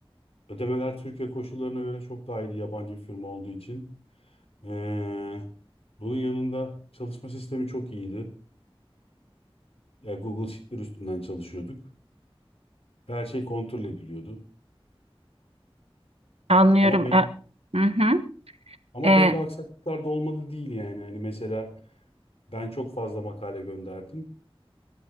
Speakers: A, on the left; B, on the right.
A: ödemeler Türkiye koşullarına göre çok daha iyiydi yabancı bir firma olduğu için. Ee, bunun yanında çalışma sistemi çok iyiydi. Yani Google Sheet'ler üstünden çalışıyorduk. Ve Her şey kontrol ediliyordu.
B: anlıyorum.
A: Ama ben
B: Ee, hı hı,
A: ama
B: ee,
A: belli aksaklıklar da olmadı değil yani. Hani mesela Ben çok fazla makale gönderdim.